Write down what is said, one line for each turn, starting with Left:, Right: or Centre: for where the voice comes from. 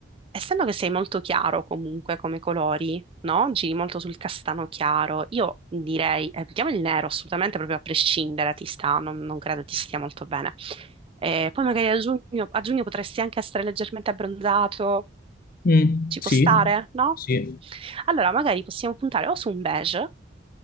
Right: essendo che sei molto chiaro comunque come colori, no? Giri molto sul castano chiaro, io direi, eh, mettiamo il nero assolutamente proprio a prescindere, ti sta, non, non credo ti stia molto bene. Eh, poi magari a giugno, a giugno potresti anche essere leggermente abbronzato,
Left: Mm,
Right: ci
Left: sì,
Right: può stare, no?
Left: sì,
Right: Allora, magari possiamo puntare o su un beige